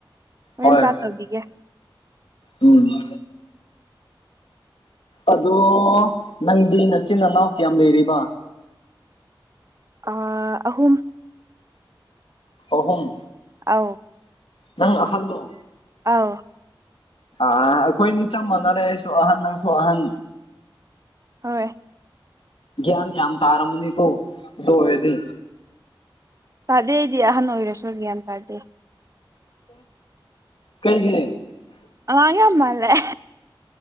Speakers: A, on the right (about 40°); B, on the left (about 85°).
A: ꯍꯣꯔꯦꯟ
B: ꯍꯣꯏ
A: ꯆꯥꯠ ꯇꯧꯕꯤꯒꯦ
B: ꯎꯝ ꯑꯗꯣ ꯅꯪꯗꯤ ꯅꯆꯤꯟ ꯏꯅꯥꯎ ꯀꯌꯥꯝ ꯂꯩꯔꯤꯕ
A: ꯑꯥ ꯑꯍꯨꯝ
B: ꯑꯍꯨꯝ
A: ꯑꯥꯎ
B: ꯅꯪ ꯑꯍꯜꯂꯣ
A: ꯑꯥꯎ
B: ꯑ ꯑꯩꯈꯣꯏꯅꯤ ꯆꯞ ꯃꯥꯟꯅꯔꯦ ꯑꯩꯁꯨ ꯑꯍꯟ ꯅꯪꯁꯨ ꯑꯍꯟ
A: ꯍꯣꯏ
B: ꯭ꯅꯤ ꯌꯥꯝ ꯊꯥꯔꯝꯅꯤ ꯀꯣꯗꯣ ꯑꯣꯏꯗꯤ
A: ꯇꯥꯗꯦꯗꯤ ꯑꯍꯟ ꯑꯣꯏꯔꯁꯨ ꯒ꯭ꯌꯥꯟ ꯇꯥꯗꯦ
B: ꯀꯩ ꯀ
A: ꯑꯉꯑꯃ ꯂꯩꯦ